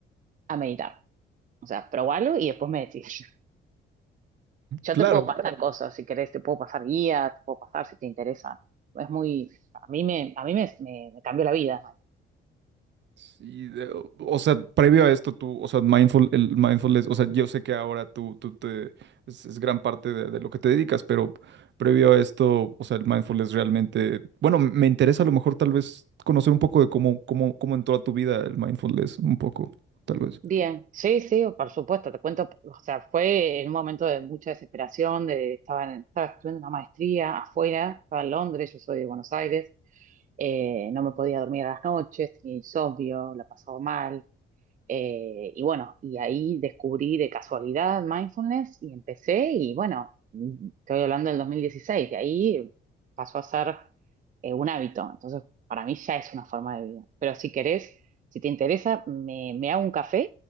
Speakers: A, on the right (about 40°); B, on the right (about 65°).
A: a meditar. O sea, probalo y después me decís. <laughs> Yo
B: Claro,
A: te puedo pasar cosas, si querés, te puedo pasar guía, te puedo pasar si te interesa. Es muy, a mí me, a mí me, me- me cambió la vida,
B: Sí, de- o o sea, previo a esto tú, o sea, mindful, el mindfulness, o sea, yo sé que ahora tú, tú te, es, es gran parte de, de lo que te dedicas, pero previo a esto, o sea, el mindfulness realmente, bueno, me interesa a lo mejor tal vez conocer un poco de cómo, cómo, cómo entró a tu vida el mindfulness, un poco, tal vez.
A: Bien, sí, sí, por supuesto, te cuento, o sea, fue en un momento de mucha desesperación, de, estaba, en- estaba estudiando una maestría afuera, estaba en Londres, yo soy de Buenos Aires, eh, no me podía dormir a las noches, tenía insomnio, la pasaba mal, eh, y bueno, y ahí descubrí de casualidad mindfulness y empecé y bueno, estoy hablando del 2016, de ahí pasó a ser eh, un hábito. Entonces, para mí ya es una forma de vida. Pero si querés, si te interesa, me, me hago un café